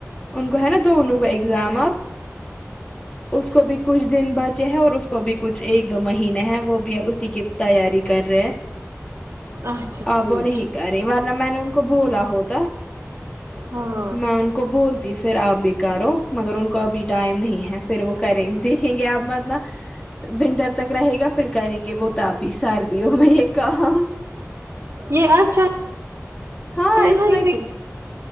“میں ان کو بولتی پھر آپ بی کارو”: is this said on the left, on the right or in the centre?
Left